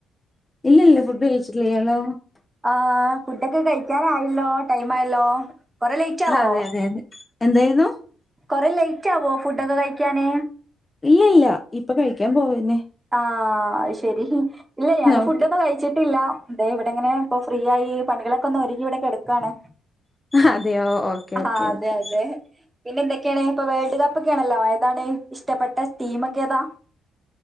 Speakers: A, on the left; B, on the right.
A: ഇല്ല ല്ല ഫുഡ് കഴിച്ചിട്ടില്ല ഇയാളോ
B: ആ ഫുഡൊക്കെ കഴിക്കാറായല്ലോ ടൈം ആയല്ലോ കൊറെ ലേറ്റ് ആവോ
A: അതെ അതെ അതെ എന്തായിരുന്നു
B: കൊറെ ലേറ്റ് ആവോ ഫുഡൊക്കെ കഴിക്കാന്
A: ഇല്ല ഇല്ല ഇപ്പൊ കഴിക്കാൻ പോവന്നെ
B: ആഹ അത് ശെരി ഇല്ല ഞാൻ ഫുഡൊന്ന്
A: ഓക്കെ
B: കഴിച്ചിട്ട് ട്ടില്ല ദേ ഇവിടെ ഇങ്ങനെ ഇപ്പൊ ഫ്രീ ആയി പണികളൊക്കെ ഒന്ന് ഒരുങ്ങി ഇവിടെ കിടക്കാണ്
A: അതെയോ ഓക്കെ ഓക്കെ
B: ആഹ് അതെ
A: ഓക്കെ
B: അതെ പിന്നെ എന്തൊക്കെയാണ് ഇപ്പൊ വേൾഡ് കപ്പൊക്കണല്ലോ ഏതാണ് ഇഷ്ടപ്പെട്ട ടീമൊക്കെ ഏതാ